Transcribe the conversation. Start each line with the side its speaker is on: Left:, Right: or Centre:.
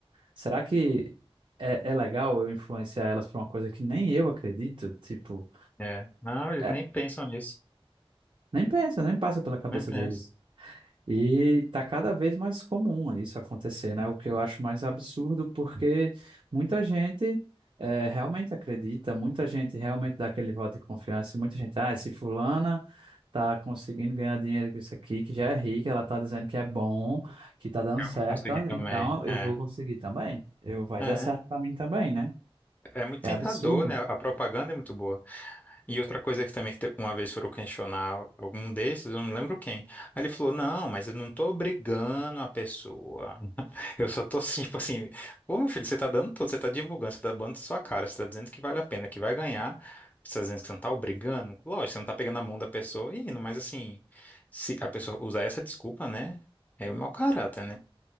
Right: Será que é, é legal eu influenciar elas para uma coisa que nem eu acredito? Tipo,
Left: é. Não, eles
Right: é,
Left: nem pensam nisso.
Right: nem pensa, nem passa pela cabeça
Left: Nem pensam.
Right: deles. E tá cada vez mais comum isso acontecer, né? O que eu acho mais absurdo, porque muita gente eh, realmente acredita, muita gente realmente dá aquele voto de confiança, e muita gente, ah, se fulana tá conseguindo ganhar dinheiro com isso aqui, que já é rica, ela tá dizendo que é bom, que tá dando
Left: Eu
Right: certo,
Left: vou conseguir também.
Right: então eu
Left: É.
Right: vou conseguir também. Eu, vai
Left: É,
Right: dar certo para mim também, né?
Left: é muito tentador,
Right: É absurdo.
Left: né? A propaganda é muito boa. E outra coisa que também que te- uma vez foram questionar algum desses, eu não lembro quem. Aí ele falou: Não, mas eu não tô obrigando a pessoa. Eu só tô assim, <laughs> tipo assim, pô, meu filho, você tá dando tudo, você tá divulgando, você tá dando sua cara, você tá dizendo que vale a pena, que vai ganhar, você tá dizendo que você não tá obrigando, lógico, você não tá pegando a mão da pessoa e indo, mas assim, se a pessoa usar essa desculpa, né, é mau caráter, né?